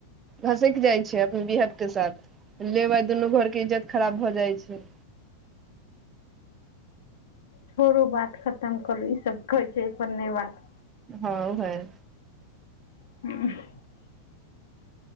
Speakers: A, on the right; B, on the left.
A: घसैक जाइ छै अपने बिहद के साथ लेबा दुनू घर के इज्जत खराब भऽ जाइ छै।
B: छोड़ू बात खतम करू ई सब कहै छै ओ पर नहि बात।
A: हँ भाई।
B: ह <inaudible>